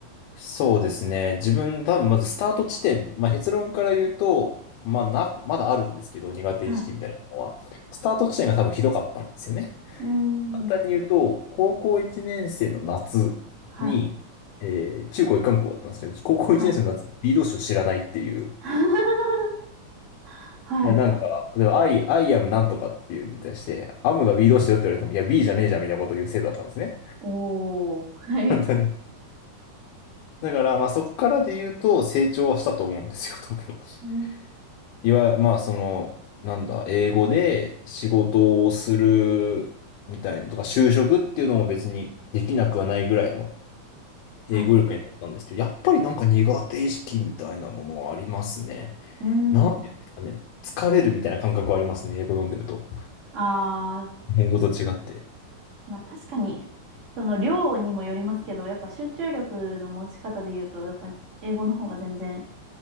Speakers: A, on the left (about 85°); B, on the right (about 30°).
A: そうですね。自分、多分まずスタート地点、まあ結論から言うと、まあな、まだあるんですけど、苦手意識みたいなのは。
B: はい。
A: スタート地点が多分ひどかったんですよね。
B: うん。
A: 簡単に言うと、高校1年生の夏に、
B: はい。
A: えー中高一貫校だったんですけど、高校1年生の夏に
B: はい。
A: B 動詞を知らないっていう。
B: <laughs> はい。
A: いやなんか、例えば、I, I am なんとかっていうのに対して、アムが B 動詞よって言われても、いや、B じゃねえじゃんみたいなことを言う生徒だったんですね。
B: おー。はい。
A: 本当に。だから、まあそっからで言うと成長はしたと思うんですよ、多分。
B: うん。
A: <laughs> いわゆる、まあその、なんだ、英語で仕事をするみたいなとか、就職っていうのも別にできなくはないぐらいの英語力になったんですけど、
B: はい。
A: やっぱりなんか苦手意識みたいなものはありますね。
B: うん。
A: なんていうんですかね。疲れるみたいな感覚はありますね、英語読んでると。
B: あ
A: 日本語と違って。
B: ー、まあ確かに、その量にもよりますけど、やっぱ集中力の持ち方で言うと、やっぱ英語の方が全然